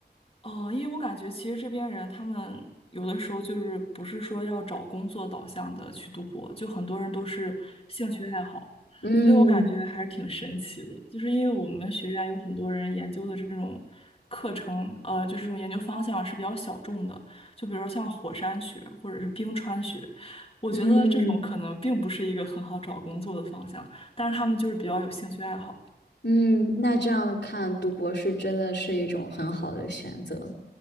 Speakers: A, on the left (about 30°); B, on the left (about 70°).
A: 哦，因为我感觉其实这边人他们有的时候就是不是说要找工作导向的去读博，就很多人都是兴趣爱好，
B: 嗯
A: 所以我感觉还是挺神奇的。就是因为我们学院有很多人研究的这种课程，呃，就是这种研究方向是比较小众的，就比如说像火山学或者是冰川学，我觉得这种可能并不是一个很好找工作的方向，
B: 嗯
A: 但是他们就是比较有兴趣爱好。
B: 嗯，那这样看，读博士真的是一种很好的选择。